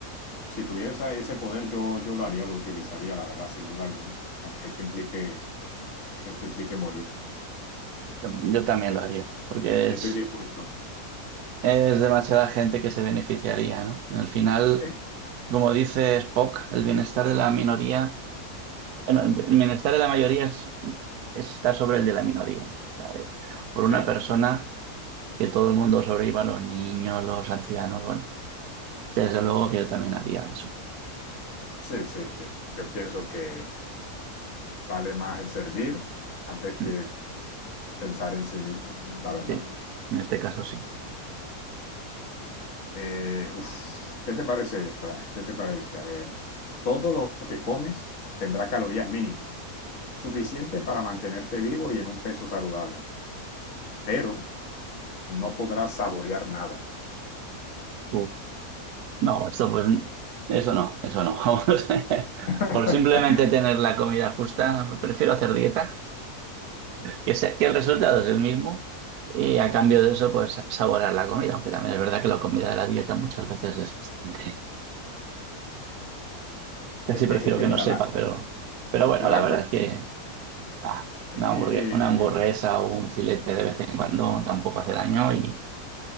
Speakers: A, on the left; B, on the right.
A: si tuviera ese poder yo, yo lo haría, lo utilizaría, la verdad, sin duda alguna, aunque eso implique, eso implique morir.
B: yo también
A: Eh,
B: lo haría, porque
A: Estoy
B: es,
A: dispuesto.
B: es demasiada gente que se beneficiaría, ¿no? Al final,
A: Sí,
B: como dice Spock, el bienestar de la minoría Bueno, el bienestar de la mayoría es- está sobre el de la minoría, ya es Por
A: sí,
B: una persona que todo el mundo sobreviva, los niños, los ancianos, bueno, desde luego que yo también haría eso.
A: sí, sí, sí. Yo pienso que vale más el servir antes que
B: Mm,
A: pensar en sí mismo, la verdad.
B: Sí, en este caso sí.
A: Eh, uf, ¿qué te parece esta? ¿Qué te parece? A ver, todo lo que comes tendrá calorías mínimas, suficiente para mantenerte vivo y en un peso saludable, pero no podrás saborear nada.
B: Uf. No, esto pues, eso no, eso no. <laughs> Vamos.
A: <laughs>
B: Por simplemente tener la comida justa, prefiero hacer dieta, que, sea- que el resultado es el mismo y a cambio de eso, pues saborear la comida, aunque también es verdad que la comida de la dieta muchas veces es bastante. Casi
A: Es que,
B: prefiero
A: es que
B: que
A: mira,
B: no sepa,
A: la,
B: pero, pero bueno,
A: la
B: la verdad
A: cuestión
B: es que ah,
A: es
B: una
A: que...
B: hamburguesa, una hamburguesa o un filete de vez en cuando tampoco hace daño y,